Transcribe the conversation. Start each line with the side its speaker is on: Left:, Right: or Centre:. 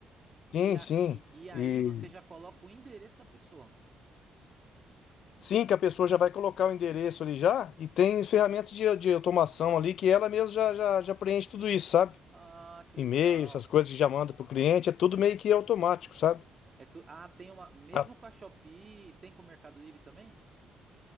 Left: sim,
Right: E, a,
Left: sim.
Right: e, e aí
Left: E
Right: você já coloca o endereço da pessoa.
Left: sim, que a pessoa já vai colocar o endereço ali já e tem ferramentas de, de automação ali que ela mesma já, já, já preenche tudo isso, sabe?
Right: Ah, que
Left: e-mail,
Right: legal.
Left: essas coisas que já manda pro cliente, é tudo meio que automático, sabe?
Right: É tu, ah, tem uma. Mesmo
Left: Ah,
Right: com a Shopee, tem com o Mercado Livre também?